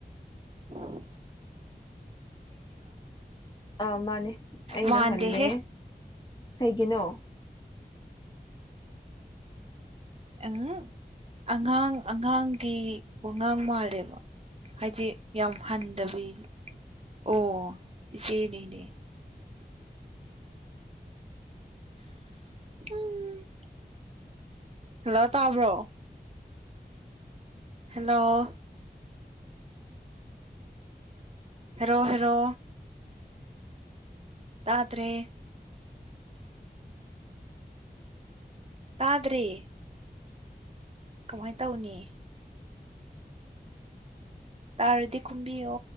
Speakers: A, on the right (about 35°); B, on the left (about 25°).
A: ꯎꯝ
B: ꯑ ꯃꯥꯅꯦ ꯑꯩꯅ
A: ꯃꯥꯟꯗꯦꯍꯦ
B: ꯍꯜꯂꯦ ꯀꯩꯒꯤꯅꯣ
A: ꯎ ꯑꯉꯥꯡ ꯑꯉꯥꯡꯒꯤ ꯋꯥꯉꯥꯡ ꯃꯥꯜꯂꯦꯕ ꯍꯥꯏꯁꯦ ꯌꯥꯝ ꯍꯟꯊꯕꯤ ꯑꯣꯆꯦꯅꯦꯅꯦ ꯎꯝ ꯍꯜꯂꯣ ꯇꯥꯕ꯭ꯔꯣ ꯍꯜꯂꯣ ꯔꯣ ꯔꯣ ꯇꯥꯗꯔꯦ ꯇꯥꯗꯔꯤ ꯀꯃꯥꯏꯅ ꯇꯧꯅꯤ ꯇꯥꯔꯗꯤ ꯈꯨꯝꯕꯤꯣ